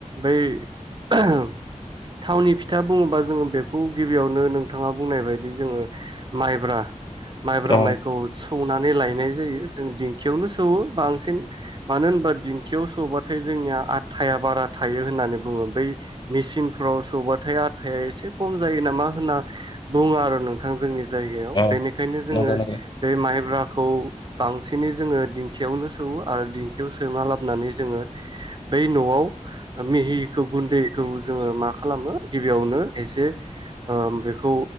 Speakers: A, on the right (about 35°); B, on the left (about 35°).
A: बै <unintelligible> थावनि फिथा बुङोबा जोङो बेखौ गिबियावनो नोंथाङा बुंनाय बायदि जोङो माइब्रा। माइब्रा
B: अ
A: माइखौ। सौनानै लायनाय जायो जों दिंखियावनो सौवो बांसिन। मानो होनबा दिंखियाव सौबाथाय जोंनिया आथाया बारा थायो होननानै बुङो। बै मेसिनफ्राव सौबाथाय आथाया एसे खम जायो नामा होनना बुङो आरो नोंथां जोंनि जायगायाव।
B: अ
A: बेनिखायनो जोङो
B: नंगौ नंगौ
A: बे माइब्रा खौ बांसिनै जोङो दिंखियावनो सौवो आरो दिंखियाव सौना लाबोनानै जोङो बै न'आव मिहिखौ गुन्दैखौ जोङो मा खालामो गिबियावनो एसे ओ बेखौ